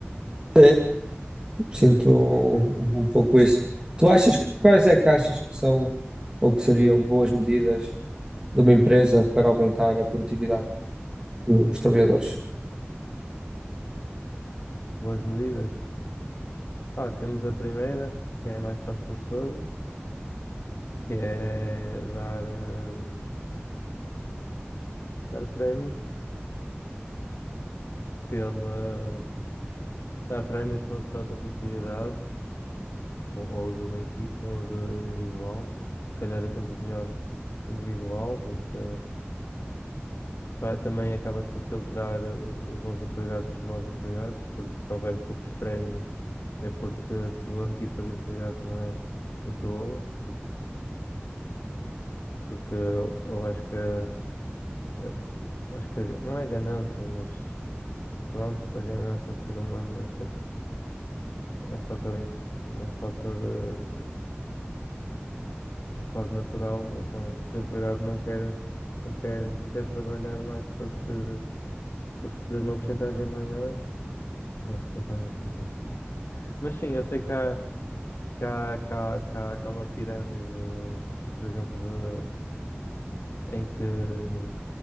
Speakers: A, on the right; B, on the left.
A: sim. Sinto um, um pouco isso. Tu achas que- quais é que achas que são ou que seriam boas medidas de uma empresa para aumentar a produtividade dos trabalhadores?
B: boas medidas? Ah, temos a primeira, que é a mais fácil de todas, que é dar, hum, dar prémios pela, dar prémios consoante a produtividade, de um- ou de uma equipa, ou de individual. Se calhar é sempre melhor individual, porque Pá, também acabas por filtrar os, os bons empregados dos maus empregados, porque se houver poucos prémios é porque a tua <laughs> equipa de empregados não é muito boa, porque, porque eu, eu acho que, acho, eh, acho que a- não é ganância, mas pronto, a ganância do ser humano é sempre é um fator, imp- é um fator eh, quase natural, então se o empregado não quer, não quer, não quer trabalhar mais para receber, para receber uma porcentagem maior Acho que não faz muito sentido. Mas sim, eu sei que há, que há, que há, que há, que há uma pirâmide, por exemplo, de, em que,